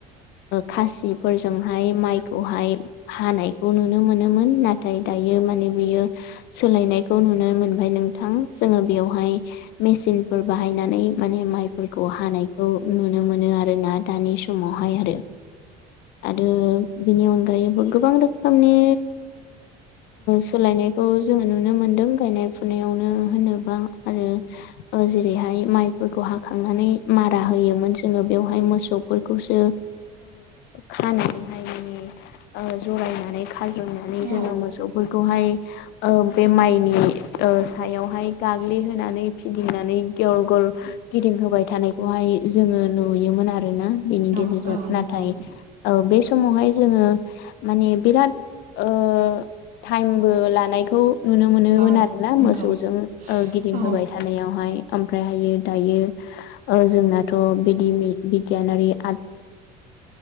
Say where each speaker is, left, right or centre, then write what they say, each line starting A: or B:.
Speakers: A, on the left; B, on the right.
A: खासिफोरजोंहाय माइखौहाय हानायखौ नुनो मोनोमोन नाथाय दायो माने बियो सोलायनायखौ नुनो मोनबाय नोंथां जोङो बेयावहाय मेसिनफर बाहायनानै माइफोरखौ हानाय खौ नुनो मोनो आरोना दानि समावहाय आरो। आरो बिनि अनगायैबो गोबां रोखोमनि सोलायनायखौ जोङो नुनो मोन्दों गायनाय फुनायावनो होनोबा आरो जेरैहाय माइ फोरखौ हाखांनानै मारा होयोमोन जोङो बेवहाय मोसौफोरखौसो खानानैहाय माने जरायनानै रुनानै
B: औ
A: जोङो मोसौफोरखौहाय बे माइनि ओ सायावहाय गाग्लिहोनानै फिदिंनानै गेवल गल गिदिंहोबाय थानाय जोङो नुयोमोन आरोना बेनि
B: औ
A: गेजेरजों
B: औ
A: नाथाय
B: नंगौ
A: बे समावहाय जोङो माने बिराद ओ टाइमबो लानायखौ नुनो मोनोमोन
B: औ
A: आरो ना
B: नंगौ
A: मोसौजों गिदिंहोबाय
B: औ
A: थानायाव हाय ओमफ्राय हायो दायो जोंनाथ' बिदि बिगियानारि आदब